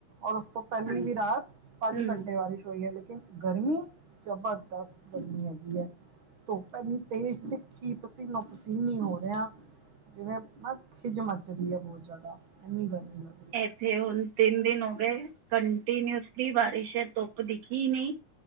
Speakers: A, on the right; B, on the right.
A: ਔਰ ਉਸ ਤੋਂ ਪਹਿਲੀ
B: ਹਾਂਜੀ
A: ਵੀ ਰਾਤ ਪੰਜ
B: ਹੂੰ
A: ਘੰਟੇ ਬਾਰੀਸ਼ ਏ ਲੇਕਿਨ ਗਰਮੀ ਜ਼ਬਰਦਸਤ ਗਰਮੀ ਹੈਗੀ ਏ। ਧੁੱਪ ਐਨੀ ਤੇਜ ਤਿੱਖੀ ਪਸੀਨੋ ਪਸੀਨੀ ਹੋ ਰਿਹਾ। ਜਿਵੇਂ ਨਾ ਖਿਝ ਮੱਚ ਰਹੀ ਏ ਬਹੋਤ ਜ਼ਿਆਦਾ ਐਨੀ ਗਰਮੀ ਅ
B: ਐਥੇ ਹੁਨ ਤਿੰਨ ਦਿਨ ਹੋ ਗਏ ਕੰਟੀਨਿਊਸਲੀ ਬਾਰਿਸ਼ ਏ ਤੁਪ ਦੇਖੀ ਹੀ ਨਹੀਂ